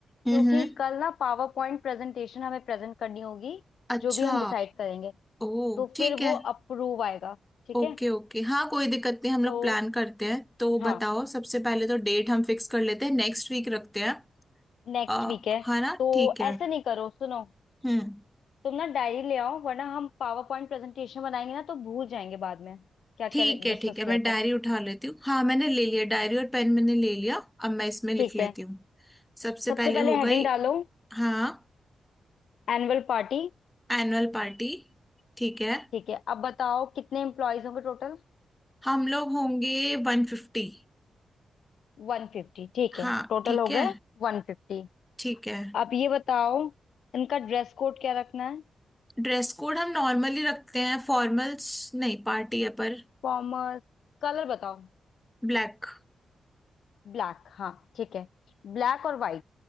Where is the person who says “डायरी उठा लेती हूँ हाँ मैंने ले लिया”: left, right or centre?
Centre